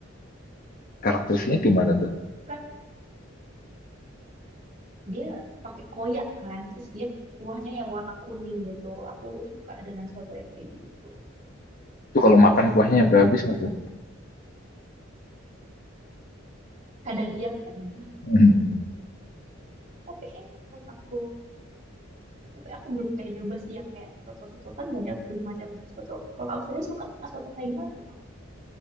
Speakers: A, on the left; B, on the right.
A: karakteristiknya gimana tuh?
B: kan dia pakai koyak kan, terus dia kuahnya yang warna kuning gitu. Aku suka dengan soto yang kayak gitu.
A: Itu kalau makan kuahnya sampai habis nggak tuh?
B: Kadang iya, kadang enggak.
A: Hmm.
B: tapi enak menurut aku tapi aku belum kayak nyoba sih yang kayak soto-soto kan banyak tuh macam soto kalau kamu sendiri suka soto kayak gimana emang